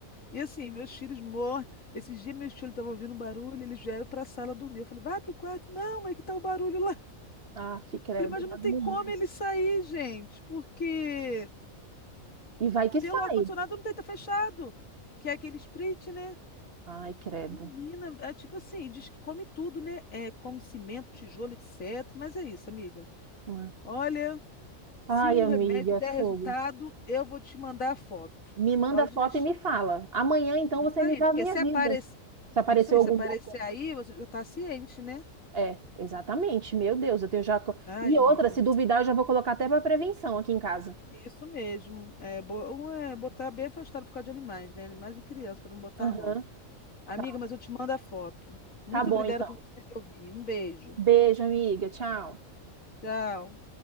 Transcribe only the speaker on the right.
Aff, credo.
dá
agonia.
E vai que
sai.
Ai, credo.
Ué.
Ai,
amiga,
fogo.
Me manda
foto
e me fala. Amanhã, então,
você
me dá
a minha
vida.
Se apareceu
algum
boca.
É, exatamente. Meu Deus, eu tenho já. co-
E
outra, se duvidar, eu já vou colocar até para prevenção aqui em casa.
Aham,
tá.
Tá bom,
então.
Beijo, amiga. Tchau.